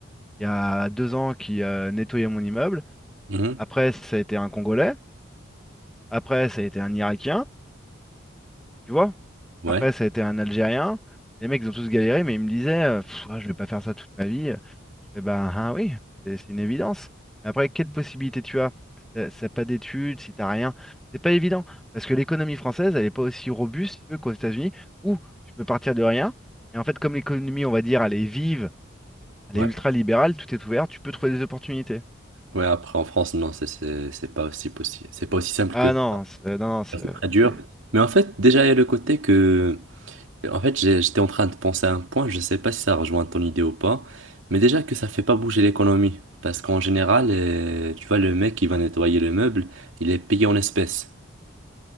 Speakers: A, in the centre; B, on the right (about 80°).
A: il y a deux ans qui euh, nettoyait mon immeuble.
B: Mhm.
A: Après, ça a été un Congolais. Après, ça a été un Irakien, tu vois.
B: Ouais.
A: Après, ça a été un Algérien. Les mecs, ils ont tous galéré, mais ils me disaient, euh, Pff, ah, je vais pas faire ça toute ma vie. Eh ben, ah oui, c'est c'est une évidence. Mais après, quelle possibilité tu as? Si t'as si t'as pas d'études, si t'as rien, c'est pas évident. Parce que l'économie française, elle est pas aussi robuste, si tu veux, qu'aux États-Unis, où tu peux partir de rien. Et en fait, comme l'économie, on va dire, elle est vive, elle
B: Ouais.
A: est ultra libérale, tout est ouvert, tu peux trouver des opportunités.
B: Ouais. Après, en France, non, c'est c'est- c'est pas aussi possible. C'est pas aussi simple
A: Ah
B: que
A: non, c'est- euh, non, non, c'est.
B: ça. C'est très dur.
A: c'est-
B: Mais en fait, déjà, il y a le côté que. En fait, j'ai- j'étais en train de penser à un point, je sais pas si ça rejoint ton idée ou pas, mais déjà que ça fait pas bouger l'économie. Parce qu'en général, euh, tu vois, le mec qui va nettoyer le meuble, il est payé en espèces.